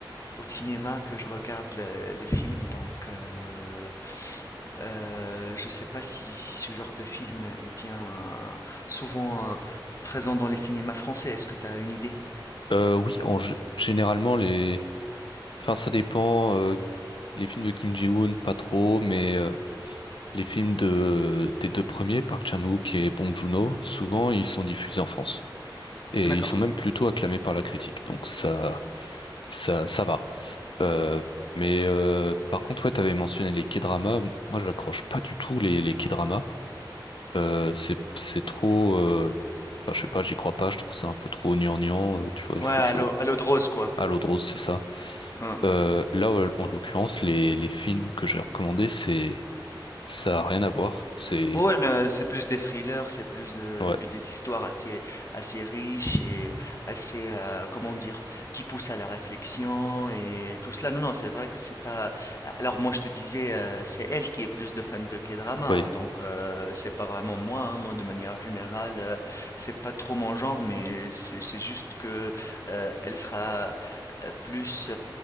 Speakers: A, on the left (about 40°); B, on the left (about 80°).
A: au cinéma que je regarde le- les films, donc euh, euh, je sais pas si, si ce genre de film est bien souvent euh, présent dans les cinémas français. Est-ce que tu as une idée?
B: Euh, oui, en gé- généralement les, enfin ça dépend. euh, les films de Kim Ji-woon, pas trop, mais euh, Les films de, des deux premiers, Park Chan-wook et Bong Joon-ho, souvent ils sont diffusés en France et
A: D'accord.
B: ils sont même plutôt acclamés par la critique. Donc ça, ça, ça va. Euh, mais euh, par contre, ouais, t'avais mentionné les K-dramas. Moi, j'accroche pas du tout les les K-dramas. Euh, c'est c'est trop. euh, enfin, je sais pas, j'y crois pas. Je trouve ça un peu trop gnangnan. euh, tu vois,
A: Ouais,
B: je,
A: à
B: je...
A: l'eau à l'eau de rose, quoi.
B: à l'eau de rose, c'est ça.
A: Hein.
B: Euh, là, ouais, en l'occurrence, les les films que j'ai recommandés, c'est ça a rien à voir. C'est
A: Ouais, ne c'est plus des thrillers, c'est plus de,
B: ouais.
A: de- des histoires assez, assez riches et assez, euh, comment dire, qui poussent à la réflexion et tout cela. Non, non, c'est vrai que c'est pas. Alors moi, je te disais, euh, c'est elle qui est plus de fan de K-drama,
B: Oui,
A: hein, donc euh, c'est pas vraiment moi. hein. moi, de manière générale, euh, c'est pas trop mon genre, mais c'est c'est juste que euh, elle sera euh, plus